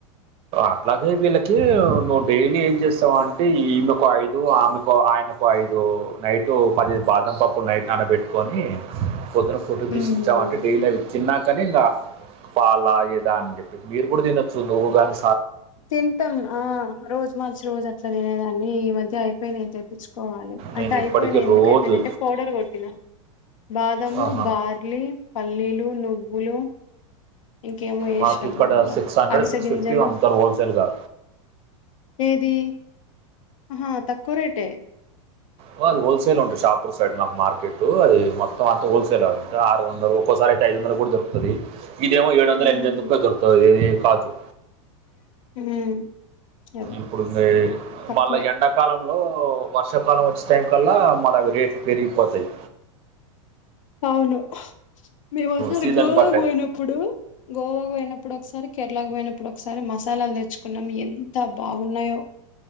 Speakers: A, on the right; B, on the left.
A: అట్లాగే వీళ్ళకి నువ్వు డైలీ ఏం చేస్తావంటే ఈమెకు ఐదు ఆమెకు ఆయనకు ఐదు నైటు పది బాదం పప్పులు నైట్ నానబెట్టుకొని పొద్దున ఫుడ్ తీసి
B: ఉమ్
A: ఇచ్చామంటే
B: అవును
A: డైలీ అవి తిన్నా కానీ ఇంకా పాల ఏదా అని చెప్పేసి మీరు కూడా తినొచ్చు నువ్వు కాని
B: తింటాం ఆ రోజు మార్చి రోజు అట్లా తినేదాన్ని ఈ మధ్య అయి అయిపోయినాయి తెప్పించుకోవాలి అంటే
A: నేను
B: అయిపోయినాయి
A: ఇప్పటికీ
B: ఎందుకు
A: రోజు
B: అయిపోయినాయి అంటే పౌడర్ కొట్టినా బాదము
A: ఆహా.
B: బార్లీ పల్లీలు నువ్వులు ఇంకేమో చేసినబ్బా
A: మాకు ఇక్కడ
B: అందులో
A: సిక్స్ హండ్రెడ్
B: అవిసగింజలు
A: సిక్స్ ఫిఫ్టీ అమ్ముతారు హోల్సేల్గా
B: ఏది ఆహా తక్కువ రేటే
A: ఓ అది హోల్సేల్ ఉంటు షాపూర్ సైడ్ మాకు మార్కెట్టు అది మొత్తం అంత హోల్సేల్ అంట ఆరు వంద ఒకసారి అయితే ఐదు వందల కూడా దొరుకుతది. ఇదేమో ఏడు వందల
B: ఉమ్
A: ఎనిమిది వంద దొరుకుతది ఇది కాజు
B: ఉమ్ అదే
A: ఇప్పుడుంది
B: తక్కువే
A: మళ్ళ ఎండకాలం లో వర్షాకాలం వచ్చే టైం కల్లా మళ అవి రేట్లు పెరిగిపోతాయి
B: అవును మేము ఒకసారి
A: సీజన్
B: గోవాకు
A: బట్ట
B: పోయినప్పుడు గోవాకు పోయినప్పుడు ఒకసారి కేరళకు పోయినప్పుడు ఒకసారి మసాలాలు తెచ్చుకున్నాం ఎన్ అంత బాగున్నాయో